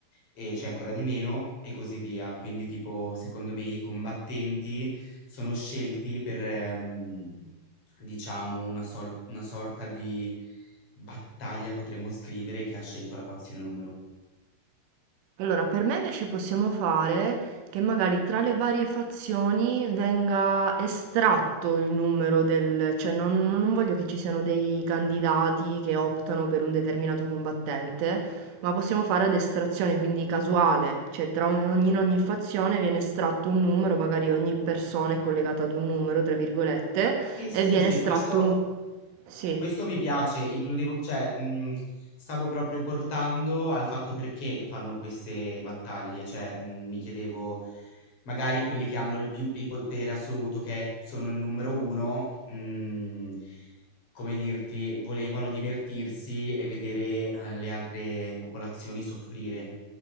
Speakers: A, on the left (about 30°); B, on the right (about 70°).
A: e c'è ancora di meno, e così via. Quindi, tipo, secondo me i combattenti sono scelti per, ehm, diciamo, una, sol- una sorta di battaglia, potremmo scrivere, che ha scelto la fazione numero uno.
B: Allora, per me invece possiamo fare che magari tra le varie fazioni venga estratto il numero del... cioè non, non voglio che ci siano dei candidati che optano per un determinato combattente, ma possiamo fare ad estrazione, quindi casuale, cioè tra ogni- ogni- in ogni fazione viene estratto un numero, magari ogni persona è collegata ad un numero, tra virgolette,
A: Sì,
B: e
A: sì, sì,
B: viene
A: sì,
B: estratto
A: questo
B: un... Sì.
A: Questo mi piace, includevo, cioè, mh, stavo proprio portando al fatto perché fanno queste battaglie, cioè, mh, mi chiedevo, magari quelli che hanno il più, il potere assoluto, che è- sono il numero uno, mh, come dirti, volevano divertirsi e vedere, eh, le altre popolazioni soffrire,